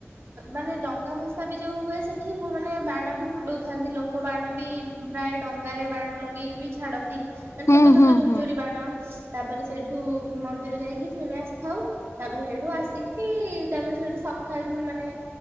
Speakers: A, on the right (about 55°); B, on the left (about 75°).
A: ମାନେ ଡଙ୍ଗା ଭସା ବି ଯେଉଁ ହୁଏ ସେଠି ସେ ମାନେ ବାଣ ବି ଫୁଟାଉଥାନ୍ତି ଲୋକ ବାଣ ବି ପ୍ରାୟ ଡଙ୍ଗାରେ ବାଣ ଲଗାଇକି ବି ଛାଡ଼ନ୍ତି। ମାନେ
B: ହୁଁ
A: ଛୋଟ ଛୋଟ
B: ହୁଁ
A: ଝୁୁରଝୁରି
B: ହୁଁ।
A: ବାଣ ତାପରେ ସେଇଠୁ ମନ୍ଦିର ଯାଇକି ପୁଣି ଆସିଥାଉ। ତାପରେ ସେଇଠୁ ଆସିକି ତାପରେ ସେଇଠୁ ସକାଳ ମାନେ